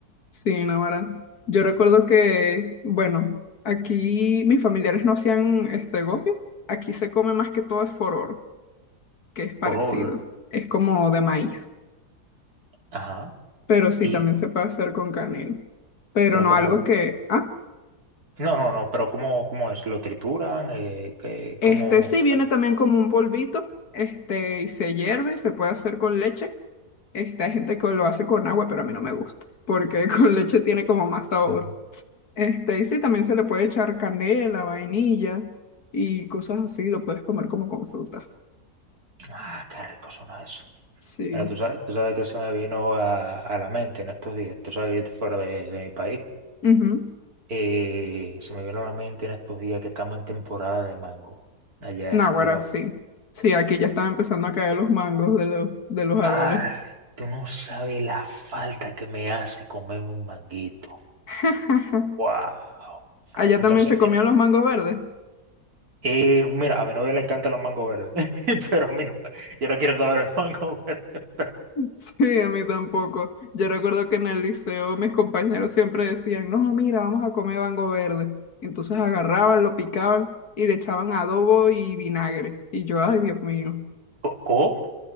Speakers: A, on the left; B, on the right.
A: Sí, Navarra. Yo recuerdo que, bueno, aquí mis familiares no hacían este gofio. Aquí se come más que todo es fororo, que es parecido.
B: porol
A: Es como de maíz.
B: ajá.
A: Pero sí,
B: Y,
A: también se puede hacer con canela. Pero
B: pero
A: no
B: como,
A: algo que. ¿Ah?
B: no, no, no, pero cómo, cómo es, lo trituran, eh, que,
A: Este
B: como,
A: sí viene
B: bueno.
A: también como un polvito, este, y se hierve y se puede hacer con leche. Este, hay gente que lo hace con agua, pero a mí no me gusta, porque <laughs> con leche tiene como más sabor.
B: Ujú.
A: Este, y sí, también se le puede echar canela, vainilla y cosas así, lo puedes comer como con frutas.
B: Ah, qué rico suena eso.
A: Sí.
B: Mira, tú sabes, tú sabes que se me vino a, a la mente en estos días. Tú sabes que yo estoy fuera de, de mi país.
A: Ujú.
B: Eh, se me vino a la mente en estos días que estamos en temporada de mango allá
A: Náguara,
B: en República Dominicana.
A: sí. Sí, aquí ya están empezando a caer los mangos de los, de los
B: Ay,
A: árboles.
B: tú no sabes la falta que me hace comer un manguito.
A: <laughs>
B: Wow.
A: Allá
B: Entonces,
A: también se comían los mangos verdes.
B: eh, mira, a mi novia le encantan los mangos verdes, <laughs> pero a mí no. me- Yo no quiero comer el mango verde. <laughs>
A: Sí, a mí tampoco. Yo recuerdo que en el liceo mis compañeros siempre decían, no, mira, vamos a comer bango verde. Entonces agarraban, lo picaban y le echaban adobo y vinagre. Y yo, ay, Dios mío.
B: ¿Cómo?